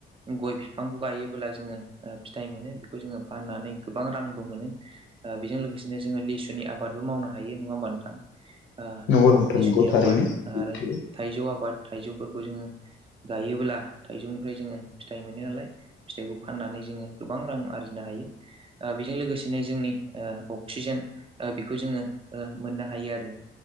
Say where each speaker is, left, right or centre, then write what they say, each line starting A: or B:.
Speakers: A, on the right; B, on the left.
A: गय बिफांखौ गायोबोब्ला जोङो फिथाइ मोनो बेखौ जोङो फाननानै गोबां रांबो मोनो ओ बेजों लोगोसेनो जोङो लिसुनि आबादबो मावनो हायो नङा होमबा नोंथां। ओ
B: नंगौ नोंथां
A: लिसुनि
B: नंगौ थारैनो
A: आबाद
B: सैथो
A: आरो थाइजौ आबाद थाइजौफोरखौ जोङो गायोबोब्ला थाइजौनिफ्राय जोङो फिथाइ मोनो नालाय फिथाइखौ फाननानै जोङो गोबां रां आरजिनो हायो। ओ बेजों लोगोसेनो जोंनि ओ अक्सिजेन बेखौ जोङो ओ मोननो हा हायो आरो